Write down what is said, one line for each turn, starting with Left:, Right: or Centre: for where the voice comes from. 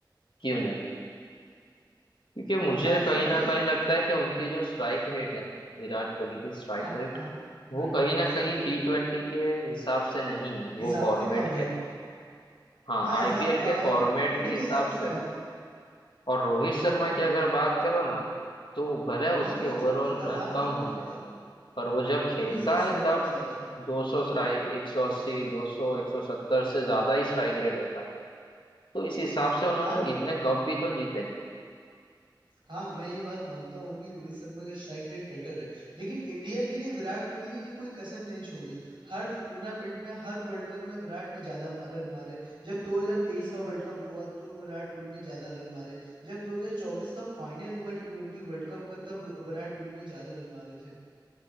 Left: क्यों नहीं क्योंकि मुझे
Right: आरसीबी
Left: कहीं ना
Right: की
Left: कहीं लगता है कि उनकी जो स्ट्राइक रेट है ना विराट कोहली की स्ट्राइक
Right: हाँ
Left: रेट
Right: हाँ
Left: वो
Right: विराट
Left: कहीं
Right: कोहली की
Left: ना
Right: स्ट्राइक
Left: कहीं
Right: रेट
Left: टी ट्वेंटी के हिसाब से नहीं है वो
Right: हिसाब
Left: फॉर्मेट
Right: से कम है
Left: के हाँ
Right: हाँ हिसाब
Left: आईपीएल
Right: टी
Left: के फॉर्मेट
Right: ट्वेंटी
Left: के
Right: के
Left: हिसाब
Right: हिसाब से
Left: से है।
Right: कम है
Left: और रोहित शर्मा
Right: बहुत कम
Left: की
Right: है
Left: अगर बात करो ना तो भले
Right: हाँ
Left: उसके
Right: वो
Left: ओवरऑल
Right: अच्छा खेलता है
Left: रन
Right: मार
Left: कम
Right: के खेलता
Left: होंगे
Right: है
Left: पर वो जब खेलता
Right: लेकिन उसका
Left: है
Right: स्ट्राइक
Left: तब
Right: रेट ज्यादा है
Left: 200 स्ट्राइक 180 200 170 से ज्यादा ही स्ट्राइक रेट होता है तो इस हिसाब से उन्होंने
Right: हाँ
Left: इतने कप भी तो जीते
Right: हाँ मैं ये बात मानता हूँ कि रोहित शर्मा के स्ट्राइक रेट बेटर है लेकिन इंडिया के लिए विराट कोहली ने कोई कसर नहीं छोड़ी हर टूर्नामेंट में हर वर्ल्ड कप में विराट ने ज्यादा मा- रन मारे जब 2023 का वर्ल्ड कप हुआ तो विराट कोहली ने ज्यादा रन मारे जब 2024 का फाइनल हुआ टी ट्वेंटी वर्ल्ड कप का तब रो- विराट कोहली ने ज्यादा रन मारे थे